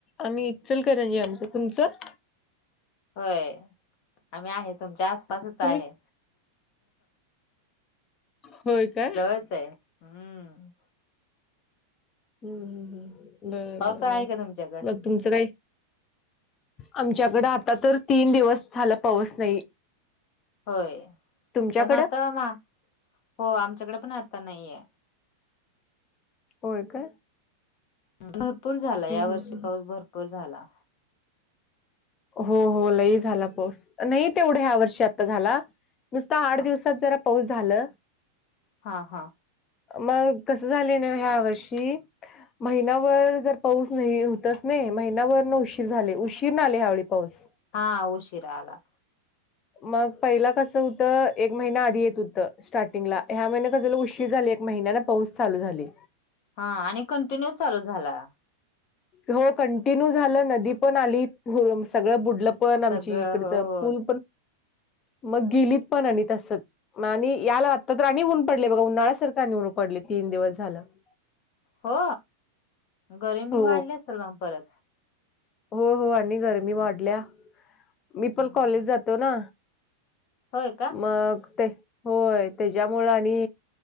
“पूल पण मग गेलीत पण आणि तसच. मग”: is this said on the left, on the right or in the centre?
Left